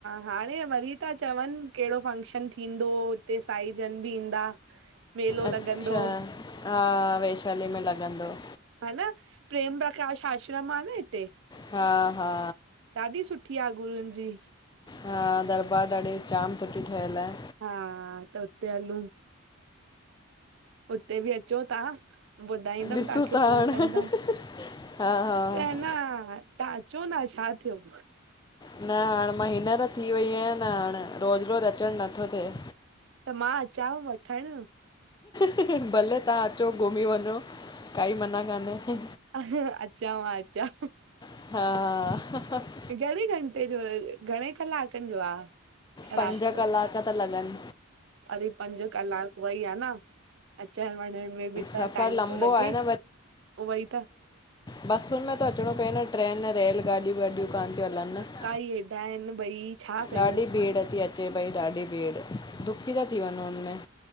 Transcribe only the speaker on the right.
हाणे वरी था चवंन केड़ो फंक्शन भी थींदो हुते साई जन बि ईंदा। मेलो
लॻंदो
हा न प्रेम प्रकाश आश्रम आ न हिते।
ॾाढी सुठी आ गुरून जी।
हा त उते हलूं। उते बि अचो तां। ॿुधाईंदम
तव्हांखे
फोन
कंदम
त हन तव्हां चो न छा थियो?
त मां अचांव वठण?
अच्चा मां अच्चा।
घणे घंटे जो घणे कलाकन जो आ।
रास्तो
अरे पंज कलाक वई आ न अचण वञण में बि त
टाइम
तो लॻे
उवई त
काई हेडा आहिन भई। छा कयूं